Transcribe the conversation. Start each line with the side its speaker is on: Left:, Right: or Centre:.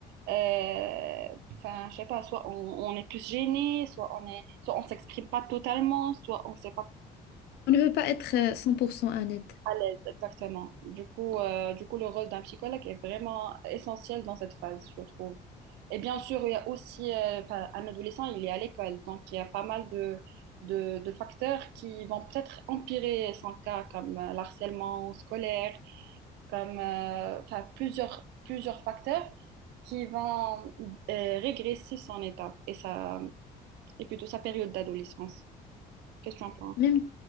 Right: euh, enfin, je sais pas, soit on, on est plus gêné, soit on est, soit on s'exprime pas totalement, soit on sait pas
Left: On ne peut pas être euh, 100% honnête.
Right: à l'aise, exactement. Du coup, euh, du coup, le rôle d'un psychologue est vraiment essentiel dans cette phase, je trouve. Et bien sûr, il y a aussi, euh, enfin, un adolescent, il est à l'école, donc il y a pas mal de, de, de facteurs qui vont peut-être empirer son cas, comme euh, l'harcèlement scolaire, comme euh, enfin, plusieurs, plusieurs facteurs qui vont euh, régresser son état et, sa, et plutôt sa période d'adolescence. Qu'est-ce que tu en penses?
Left: Même